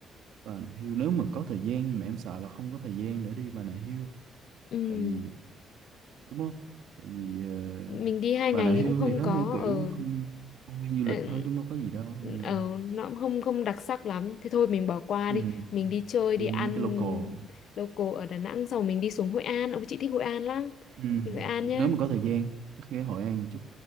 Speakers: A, on the right; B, on the left.
A: Bà Nà Hills nếu mà có thời gian nhưng mà em sợ là không có thời gian để đi Bà Nà Hills
B: ừ
A: tại vì đúng không tại vì ờ,
B: mình đi hai
A: Bà
B: ngày
A: Nà Hills
B: thì cũng không
A: thì nó
B: có
A: theo kiểu
B: ở
A: không công viên du lịch
B: ở
A: thôi cũng đâu có gì đâu nên
B: ở-
A: là
B: nó cũng không không đặc sắc lắm thế thôi mình bỏ qua
A: ừ
B: đi mình đi chơi
A: đi
B: đi ăn
A: mấy cái local
B: local ở Đà Nẵng xong rồi mình đi xuống Hội An ông chị thích Hội An lắm
A: ừ
B: đi Hội An
A: nếu
B: nhá
A: mà có thời gian chắc ghé Hội An chút